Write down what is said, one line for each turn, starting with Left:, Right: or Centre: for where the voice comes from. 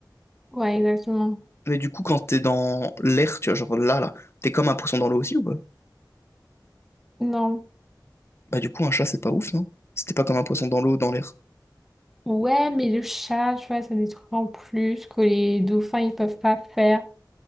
Centre: Ouais, exactement.
Left: Mais du coup, quand t'es dans l'air, tu vois, genre là, là, t'es comme un poisson dans l'eau aussi ou pas?
Centre: Non.
Left: Bah, du coup, un chat, c'est pas ouf, non? Si t'es pas comme un poisson dans l'eau, dans l'air.
Centre: Ouais, mais le chat, tu vois, ça des trucs en plus que les dauphins, ils peuvent pas faire.